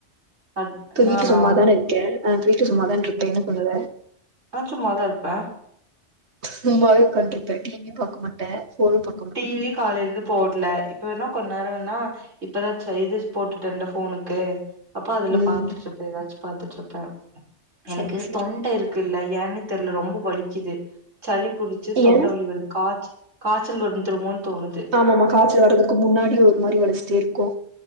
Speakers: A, on the right; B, on the right.
A: அ
B: இப்போ
A: நானா
B: வீட்ல சும்மாதானே இருக்கே ஒ வீட்ல சும்மாதான் இருப்பே என்ன பண்ணுவ
A: நா சும்மாதா இருப்ப
B: சும்மாவே உட்காண்ட்ருப்பே டி வி பாக்க மாட்டே ஃபோனு பா
A: டி வி காலைல இருந்து போடல இப்ப வேணா கொஞ்ச நேரோ வேணா இப்பதா செய்தேஜ் போட்டுட்டேன்ல ஃபோனுக்கு அப்போ அதுல
B: ம்
A: பாத்துட்டுருப்பே எதாச்சு பாத்துட்டுருப்பே
B: சேரி
A: எனக்கு
B: சேரி
A: தொண்ட இருக் குல்ல ஏனே தெர்ல ரொம்ப வலிக்குது சளி புடிச்சு தொண்ட
B: ஏ
A: வலி வருது காச் சல் வந்துருமோன் தோணுது
B: ஆமாமா காச்சல் வரதுக்கு முன்னாடி ஒரு மாரி வலிச்சுட்டே இருக்கு